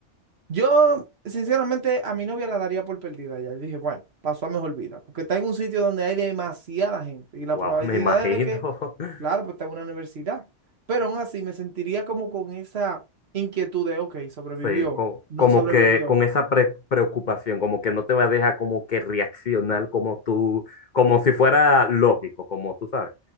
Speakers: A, on the right (about 65°); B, on the left (about 45°).
A: Yo, sinceramente, a mi novia la daría por perdida ya. Y dije, bueno, pasó a mejor vida, porque está en un sitio donde hay demasiada gente y la
B: Wow,
A: probabilidad
B: me imagino.
A: es de que,
B: <laughs>
A: claro, pues está en una universidad, pero aún así me sentiría como con esa inquietud de, ok, sobrevivió,
B: Sí, co-
A: no
B: como
A: sobrevivió
B: que con esa pre- preocupación, como que no te va a dejar como que reaccionar como tú, como si fuera lógico, como tú sabes,